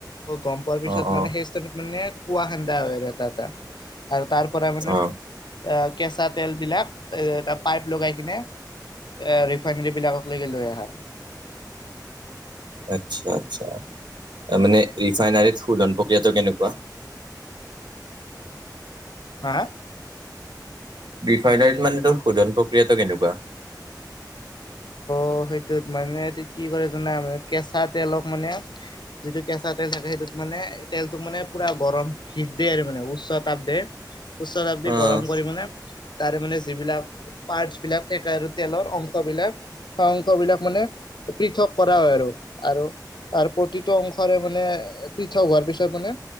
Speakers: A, on the left (about 80°); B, on the right (about 80°).
A: গম পোৱাৰ পিছত
B: অ অ
A: মানে সেই চাইদত মানে কুৱা খান্দা হয় আৰু এটা এটা আৰু তাৰ পৰা মানে
B: অ
A: এ কেঁচা তেল বিলাক এ এটা পাইপ লগাই কিনে এ ৰিফাইনেৰী বিলাকক লৈকে লৈ আহা
B: আচ্ছা, আচ্ছা, মানে ৰিফাইনাৰীত শোধন প্ৰক্ৰিয়াটো কেনেকুৱা?
A: হা?
B: ৰিফাইনাৰীত মানে তোৰ শোধন প্ৰক্ৰিয়াটো কেনেকুৱা?
A: অ সেইটোত মানে এই কি কৰে জানা মানে কেঁচা তেলক মানে যিটো কেঁচা তেল থাকে সেইটোত মানে তেলটোক মানে পুৰা গৰম হিট দেই আৰু মানে উচ্চ তাপ দিয়ে। উচ্তাচাপ দি
B: অ'
A: গৰম কৰি মানে তাৰে মানে যিবিলাক পাৰ্টছ বিলাক থাকে আৰু তেলৰ অংশ বিলাক অংশ বিলাক মানে পৃথক কৰা হয় আৰু আৰু তাৰ প্ৰতিটো অংশৰে মানে পৃথক হোৱাৰ পিছত মানে